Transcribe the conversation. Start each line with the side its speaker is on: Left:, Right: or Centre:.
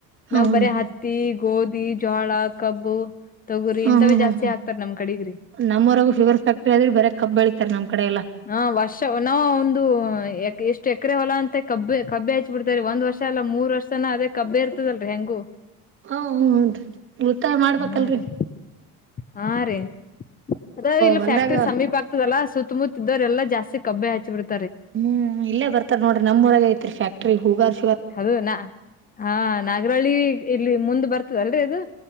Right: ಹ್ಮ್
Left: ನಾವ್ ಬರೀ ಹತ್ತಿ ಗೋಧಿ ಜೋಳ ಕಬ್ಬು ತೊಗುರಿ
Right: ಹ್ಮ್
Left: ಹಿಂತವೇ
Right: ಹ್ಮ್
Left: ಜಾಸ್ತಿ
Right: ಹ್ಮ್
Left: ಆಕ್ತಾರ ನಮ ಕಡೆಗ್ರಿ
Right: ನಮ್ಮೂರಾಗು ಶುಗರ್ ಫ್ಯಾಕ್ಟ್ರಿ ಆದ್ರೆ ಬರ ಕಬ್ ಬೆಳಿತಾರ ನಮ್ ಕಡೆ ಎಲ್ಲ
Left: ಹಾ ವರ್ಷ ನಾವ ಒಂದು ಎ ಎಷ್ಟ್ ಎಕರೆ ಹೊಲ ಅಂತೆ ಕಬ್ಬ ಕಬ್ಬೆ ಹಚ್ಚ ಬಿಿಡ್ತಾರರಿ ಒಂದ್ ವರ್ಷ ಅಲ್ಲ ಮೂರ್ ವರ್ಷನ ಅದೇ ಕಬ್ಬ ಇರ್ತದಲ್ರರಿ ಹೆಂಗು
Right: ಹ ಹುನ್ರಿ ಉಳಿತಾಯ ಮಾಡ್ಬೇಕಲ್ರಿ
Left: ಹಾ ರೀ ಹಾ ರೀ ಅದ ಇಲ್ಲಿ
Right: ಹೊಲ್ದಾಗ
Left: ಫ್ಯಾಕ್ಟ್ರಿ ಸಮೀಪ ಆಗ್ತದಲ್ಲಾ ಸುತ್ತ ಸುತ್ತಮುತ್ತ ಇದರೆಲ್ಲ ಜಾಸ್ತಿ ಕಬ್ಬ ಹಚ್ಚಿ ಬಿಡ್ತೆವ
Right: ಹ್ಮ್ ಇಲ್ಲೇ ಬರ್ತಾರ ನೋಡ್ರಿ ನಮ್ಮೂರಾಗ ಐತ್ರಿ ಫ್ಯಾಕ್ಟ್ರಿ ಹೋಗದು
Left: ಅದು ನ ಹಾ ನಾಗರಹಳ್ಳಿ ಇಲ್ಲಿ ಮುಂದ್ ಬರ್ತದಲ್ರಿ ಅದು